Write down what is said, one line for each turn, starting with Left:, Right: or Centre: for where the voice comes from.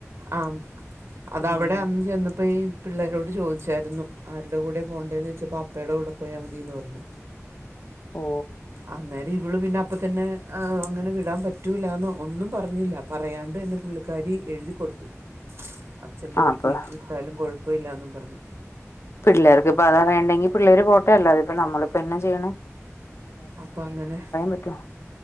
Right: അഹ് അതവിടെ
Left: ഉം
Right: അന്ന് ചെന്നപ്പയി പിള്ളേരോട് ചോദിച്ചായിരുന്നു. ആരുടെ കൂടെ പോകേണ്ടതെന്ന് ചോദിച്ചപ്പോ അപ്പയുടെ കൂടെ പോയാൽ മതിയന്ന് പറഞ്ഞു.
Left: ഓ
Right: അന്നേരം ഇവള് പിന്നെ അ അപ്പതന്നെ അങ്ങനെ വിടാം പറ്റൂലാന്നോ ഒന്നും പറഞ്ഞില്ല പറയാണ്ട് തന്നെ. പുള്ളിക്കാരി എഴുതി കൊടുത്തു. അച്ഛൻ്റെ
Left: ആ
Right: കൂടത്തി
Left: അപ്പൊ
Right: വിട്ടാലും കുഴപ്പല്ലാന്നും പറഞ്ഞ്.
Left: പിള്ളേർക്ക്പ്പതാ അറേണ്ടെങ്കി പിള്ളേര് പോട്ടെ അല്ലാതിപ്പ നമ്മളിപ്പൊ എന്ന ചെയ്യണ്.
Right: അപ്പങ്ങനെ
Left: പറ്റോ